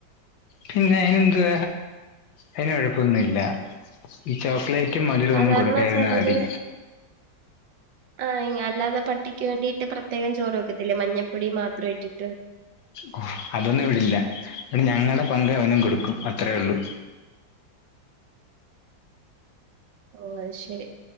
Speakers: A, on the left; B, on the right.
A: പിന്നെ അയിന് എന്തുവ അയിന് കൊഴപ്പൊന്നു ഇല്ല ഈ ചോക്ലേറ്റും മധുരം
B: സാധാരണ
A: ഒന്നും കൊടുക്കായിരുന്ന
B: ചെലര്
A: മതി
B: ആഹ് ഇങ് അല്ലാതെ പട്ടിക്ക് വേണ്ടിയിട്ട് പ്രത്യേകം ചോറ് വെക്കത്തില്ലേ മഞ്ഞപ്പൊടി മാത്രം ഇട്ടിട്ട്
A: ഓ, അതൊന്നും ഇവിടില്ല ഇവിടെ ഞങ്ങൾടെ പങ്ക് അവനും കൊടുക്കും അത്രേ ഉള്ളൂ
B: ഓ അയ്ശെരി